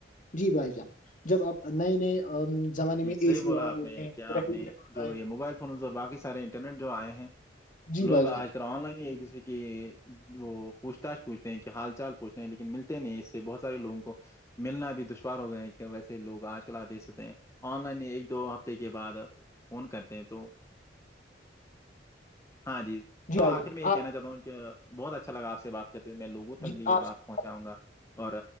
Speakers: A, on the left (about 45°); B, on the left (about 15°).
A: جی بھائی جان جب آپ نئے نئے زمانے
B: جی
A: میں
B: صحیح
A: اے سی
B: بولا
A: آئے
B: آپ نے
A: ہیں
B: کیا
A: ریفریجریٹر
B: آپ نے جو
A: آئے
B: یہ موبائل فون اور باقی سارے انٹرنیٹ جو آئے ہیں
A: جی
B: لوگ
A: بھائی
B: آج
A: جان
B: کل آن لائن ہی ایک دوسرے کی وہ پوچھ تچھ پوچھتے ہیں کہ حال چال پوچھتے ہیں لیکن ملتے نہیں اس سے بہت سارے لوگوں کو ملنا بھی دشوار ہو گئے کہ ویسے لوگ آج کل آ دیکھتے ہیں آن لائن ایک دو ہفتے کے بعد فون کرتے ہیں تو ہاں جی تو
A: بھائی
B: آخر
A: جان
B: میں یہ
A: آپ
B: کہنا چاہتا ہوں کہ بہت اچھا لگا آپ سے بات کہتے میں لوگوں تک
A: جی
B: بھی یہ
A: آپ سے
B: بات پہنچاؤں گا اور